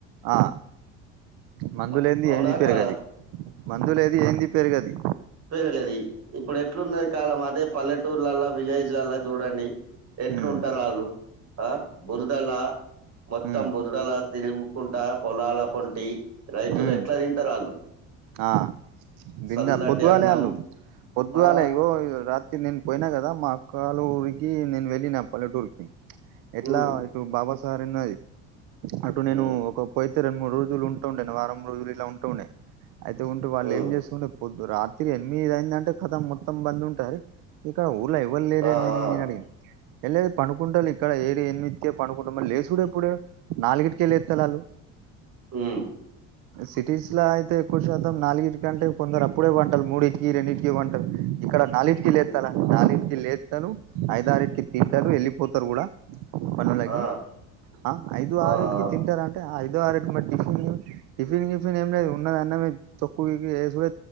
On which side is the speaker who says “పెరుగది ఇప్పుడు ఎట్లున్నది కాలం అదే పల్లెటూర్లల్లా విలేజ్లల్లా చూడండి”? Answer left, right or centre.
Right